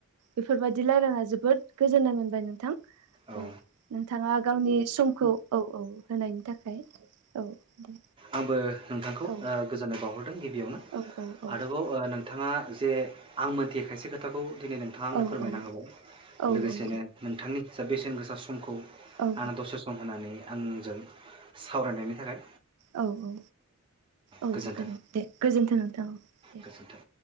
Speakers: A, on the right (about 80°); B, on the right (about 25°).
A: बेफोरबादि लायरायना जोबोद गोजोननाय मोनबाय नोंथां ओ
B: औ
A: उम। थाङा गावनि समखौ औ औ होनायनि थाखाय औ। दे
B: आंबो नोंथांखौ ओ
A: औ
B: गोजोननाय बावहर दों गिबियावनो
A: औ औ औ
B: आरोबाव ओ नोंथाङा दे आं मोनथियै खायसे खोथाखौ दिनै नोंथाङा आंनो
A: औ
B: फोरमायना
A: औ
B: होबाय
A: औ
B: लोगोसेनो
A: औ
B: नोंथांनि जा बेसेन गो दा समखौ
A: औ
B: आंनो दसे सम होनानै आंजों सावरायनायनि जेरै
A: औ औ औ
B: गोजोन्थों
A: गो <unintelligible> दे गोजोन्थों नोंथां औ दे।
B: गोजोन्थों